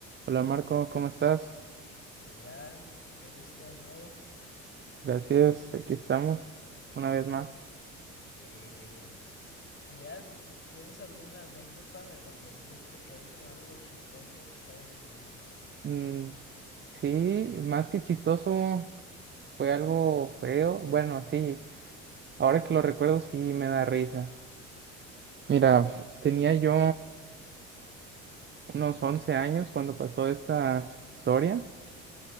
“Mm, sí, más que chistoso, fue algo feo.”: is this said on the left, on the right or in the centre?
Right